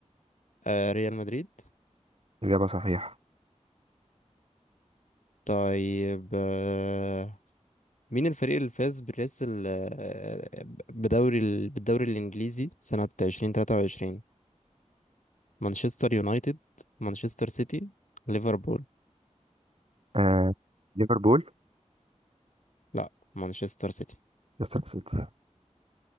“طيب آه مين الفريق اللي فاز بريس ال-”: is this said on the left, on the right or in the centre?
Left